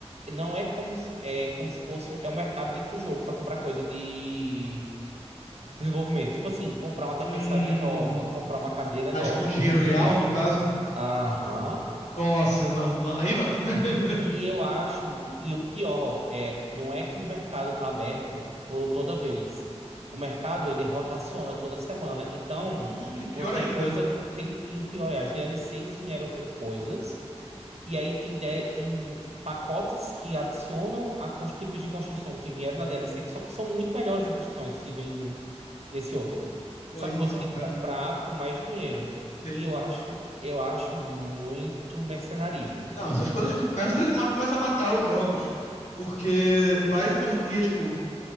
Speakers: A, on the right (about 70°); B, on the left (about 85°).
A: não é como se é como se fosse um, é um mercado dentro do jogo para comprar coisa de desenvolvimento. Tipo assim, comprar uma tapeçaria
B: Hum,
A: nova, comprar uma cadeira
B: mas
A: nova
B: com dinheiro
A: para construir.
B: real, no caso?
A: Aham.
B: Nossa, não, não, aí não. <laughs>
A: E eu acho, um- e o pior é, não é que o mercado está aberto por toda vez. O mercado ele rotaciona toda semana. Então,
B: Hum, pior
A: vo- tem
B: ainda.
A: coisa, tem, e o pior é, as DLCs vieram com coisas, e aí tem, de- tem pacotes que adicionam a cons- tipos de construção do que vieram na DLC, que só que são muito melhores as construções que vêm nesse outro.
B: Pô,
A: Só
B: aí
A: que
B: não,
A: você tem
B: cara.
A: que comprar com mais dinheiro.
B: Sim.
A: E eu acho, eu acho muito mercenarismo.
B: Não, essas coisas, essas coisas ma- começam a matar os jogos, porque vai se tornando. E é tipo,